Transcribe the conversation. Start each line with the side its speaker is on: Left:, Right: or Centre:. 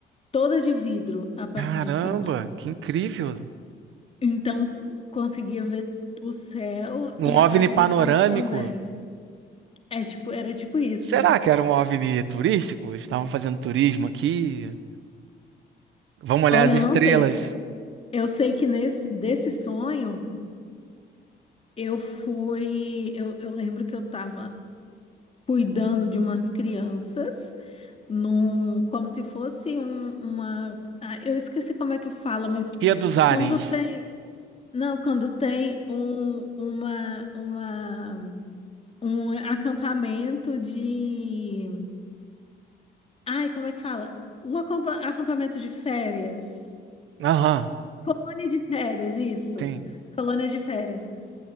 Left: toda de vidro a parte
Right: Caramba,
Left: de cima.
Right: que incrível.
Left: Então, c- conseguia ver o céu
Right: Um
Left: e
Right: OVNI
Left: a parte
Right: panorâmico.
Left: da frente também. É tipo, era tipo isso.
Right: Será que era um OVNI turístico? Estavam fazendo turismo aqui. Vamos olhar
Left: Olha,
Right: as estrelas.
Left: eu não sei. Eu sei que nesse desse sonho Eu fui, eu, eu lembro que eu estava cuidando de umas crianças num, como se fosse um, uma, ah, eu esqueci como é que fala, mas
Right: Guia dos aliens.
Left: quando tem, não, quando tem um, uma, uma, um acampamento de, ai, como é que fala? Um acampa- acampamento de férias,
Right: Aham,
Left: colônia de férias, isso,
Right: tem.
Left: colônia de férias.